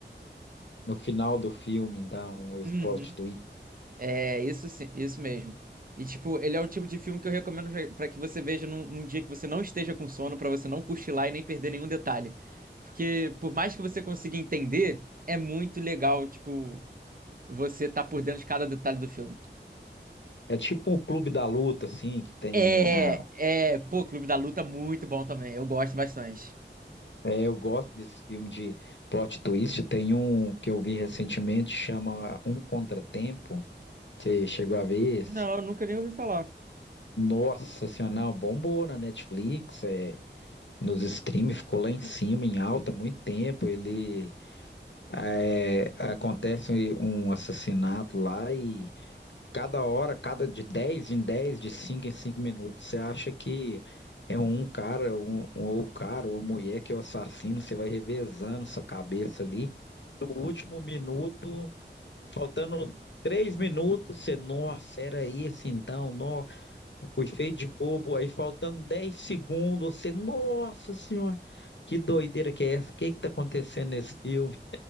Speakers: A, on the left; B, on the right.
A: No final do filme, dá um ex-prostituído.
B: Uhum. É, isso sim, isso mesmo. E, tipo, ele é um tipo de filme que eu recomendo pra que você veja num, num dia que você não esteja com sono, pra você não cochilar e nem perder nenhum detalhe. Porque, por mais que você consiga entender, é muito legal, tipo, Você tá por dentro de cada detalhe do filme.
A: É tipo um clube da luta, assim, que tem
B: É,
A: a...
B: é, pô, Clube da Luta muito bom também. Eu gosto bastante.
A: É, eu gosto desse filme de plot twist. Tem um que eu vi recentemente, chama Um Contratempo. Você chegou a ver esse?
B: Não, eu nunca nem ouvi falar.
A: Nossa Senhora, não, bombou na Netflix, é, nos streams, ficou lá em cima, em alta, muito tempo. Ele é, acontece um assassinato lá e cada hora, cada de 10 em 10 de 5 em 5 minutos. Você acha que é um cara, um, um- ou o cara, ou a mulher que é o assassino, você vai revezando sua cabeça ali. o último minuto, faltando três minutos, você, nossa, era esse então, nossa, fui feio de bobo. Aí faltando 10 segundos, você, nossa senhora, que doideira que é essa? O que que tá acontecendo nesse filme?